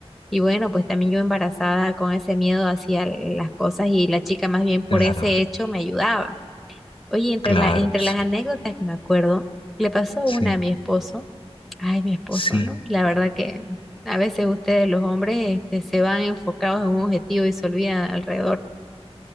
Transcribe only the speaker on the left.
Claro,
claro,
pues,
sí,
sí.